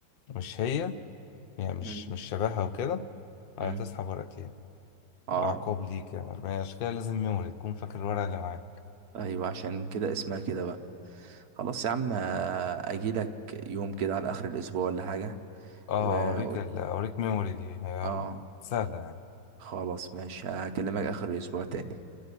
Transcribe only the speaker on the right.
امم
امم
اه
ايوه عشان كده اسمها كده بقى خلاص يا عم اجي
لك يوم كده على اخر الاسبوع ولا حاجة
و... و-
اه
خلاص ماشي هكلمك اخر الاسبوع تاني